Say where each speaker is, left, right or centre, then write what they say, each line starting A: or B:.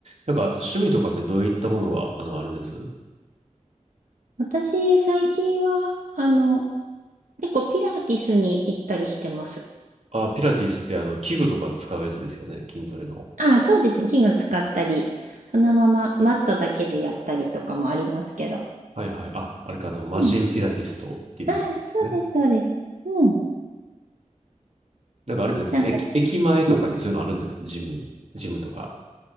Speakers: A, on the right; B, on the right.
A: なんか趣味とかってどういったものが、あの、あるんです
B: 私、最近は、あの、結構ピラティスに行ったりしてます。
A: あ、ピラティスってあの、器具とか使うやつですよね。筋トレの。
B: ああ、そうですね。器具使ったり、そのままマットだけでやったりとかもありますけど。
A: はいはい。あ、あれか、あの、マシンピラティストっていうみたいなんですね。
B: うんああ、そうです、そうです。うん。
A: なんかあれです。
B: なんか、
A: 駅、駅前とかにそういうのあるんです。
B: ん
A: ジムに。ジムとか。